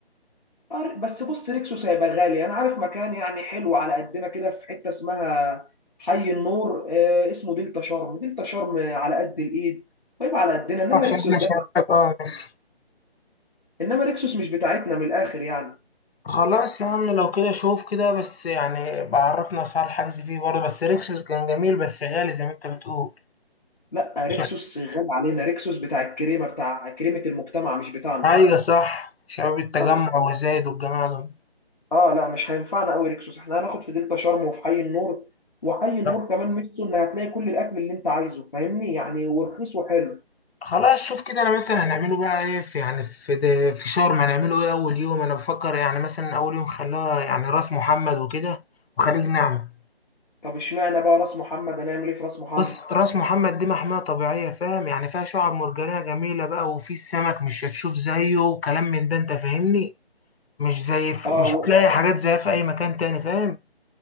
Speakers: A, on the left; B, on the left.
A: أر- بس بص ريكسوس هيبقى غالي أنا عارف مكان يعني حلو على قدنا كده في حتة اسمها حي النور آه اسمه دلتا شرم دلتا شرم على قد الإيد طيب على قدنا إنما
B: عشان
A: ريكسوس
B: احنا
A: ده
B: شباب اه ماشي
A: إنما ريكسوس مش بتاعتنا من الآخر يعني
B: خلاص يا عم لو كده شوف كده بس يعني بعرفنا اسعار الحجز فيه برضه بس ريكسوس كان جميل بس غالي زي ما انت بتقول
A: لا ريكسوس
B: شا-
A: غالي علينا ريكسوس بتاع الكريمه بتاع كريمه المجتمع مش بتاعنا
B: ايوه صح شباب التجمع
A: طب
B: وزايد والجماعه دول
A: اه لا مش هينفعنا قوي ريكسوس احنا هناخد في دلتا شرم وفي حي النور وحي النور
B: طب
A: كمان ميزته ان هتلاقي كل الاكل اللي انت عايزه فاهمني يعني ورخيص وحلو
B: خلاص شوف كده انا مثلا هنعمله بقى ايه في يعني في ده في شرم هنعمله ايه اول يوم انا بفكر يعني مثلا اول يوم خلاه يعني راس محمد وكده وخليج نعمة
A: طب اشمعنى بقى راس محمد هنعمل ايه في راس محمد
B: بس راس محمد دي محمية طبيعية فاهم يعني فيها شعاب مرجانية جميلة بقى وفي السمك مش هتشوف زيه وكلام من ده انت فاهمني مش زي في...
A: اه
B: مش
A: و...
B: هتلاقي حاجات زيها في اي مكان تاني فاهم